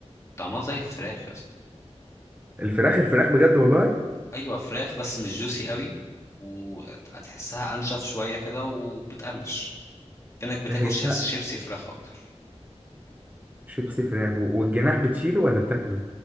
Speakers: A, on the left (about 25°); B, on the right (about 15°).
A: طعمها زي الفراخ يا اسطى
B: الفراخ الفراخ بجد والله
A: ايوه فراخ بس مش جوسي قوي وهتحسها انشف شويه كده وبتقرمش كانك بتاكل
B: لا هي
A: شيبس
B: لا
A: شيبسي فراخ اكتر
B: شيبسي فراخ و- والجناح بتشيله ولا بتاكله